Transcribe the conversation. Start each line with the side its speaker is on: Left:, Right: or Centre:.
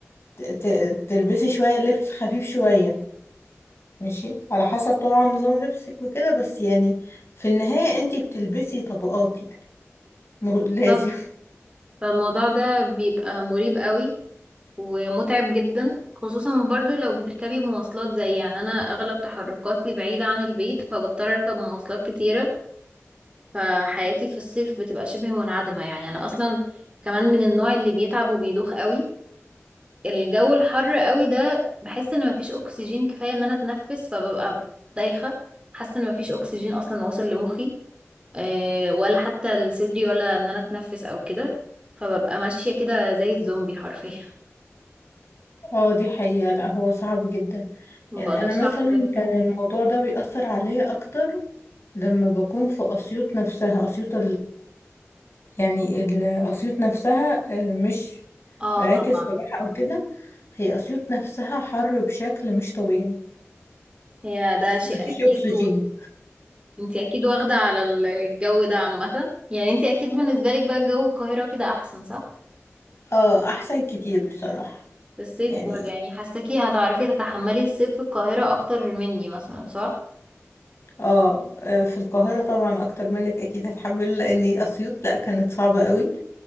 Left: ت- ت- تلبسي شوية لبس خفيف شوية ماشي على حسب طبعا نظام لبسك وكده بس يعني في النهاية انتي بتلبسي طبقات يعني م- <laughs> لازم
Right: بالظبط فالموضوع ده بيبقى مريب قوي ومتعب جدا خصوصا برضو لو بتركبي مواصلات زي يعني انا اغلب تحركاتي بعيدة عن البيت فبضطر اركب مواصلات كتيرة فحياتي في الصيف بتبقى شبه منعدمة يعني انا اصلا كمان من النوع اللي بيتعب وبيدوخ قوي الجو الحر قوي ده بحس ان مفيش اكسجين كفاية ان انا اتنفس فببقى دايخة حاسة ان مفيش اكسجين اصلا واصل لمخي أه ولا حتى لصدري ولا ان انا اتنفس او كده فببقى ماشية كده زي الزومبي حرفيا <laughs>
Left: اه دي حقيقة لا هو صعب جدا
Right: مبقدرش
Left: يعني انا
Right: اقعد
Left: مثلا كان الموضوع ده بيأثر عليا اكتر لما بكون في اسيوط نفسها اسيوط يعني ال- اسيوط نفسها آه، مش
Right: اه
Left: مراكز
Right: طبعا
Left: سياحة او كده هي اسيوط نفسها حر بشكل مش طبيعي
Right: هي ده شيء
Left: مفيش
Right: اكيد
Left: اكسجين
Right: وانتي اكيد واخده على الجو ده عامه يعني انتي اكيد بالنسبه لك بقى جو القاهره كده احسن صح
Left: اه احسن كتير بصراحة
Right: في الصيف
Left: يعني
Right: برضه يعني حاساكي هتعرفي تتحملي الصيف في القاهره اكتر مني مثلا صح
Left: اه آه، في القاهرة طبعا اكتر منك اكيد هتحمله لاني اسيوط لا كانت صعبة قوي